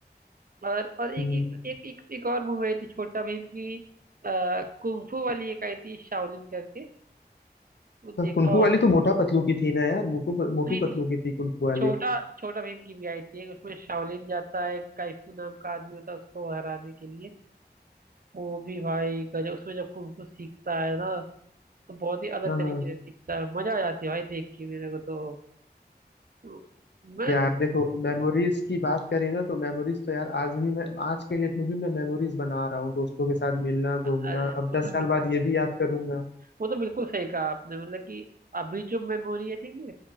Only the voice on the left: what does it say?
हम्म।
कुनफू
वाली तो मोटा पतलू की थी ना यार मोटू मोटू
पतलू की थी कुनफू वाली
हाँ
हाँ
यार देखो मेमोरीज की बात करें ना तो मेमोरीज तो यार आज भी मैं आज के डेट में भी मैं मेमोरीज बना रहा हूँ दोस्तों के साथ मिलना घूमना
अब
दस
साल बाद ये भी याद करूंगा